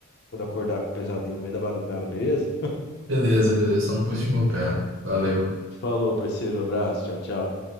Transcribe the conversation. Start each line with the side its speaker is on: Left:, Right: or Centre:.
Left: quando acordar com o pesadelo no meio da madrugada, beleza?
Right: Beleza, beleza, só não puxa o meu pé. Valeu.
Left: Falou, parceiro. Abraço. Tchau, tchau.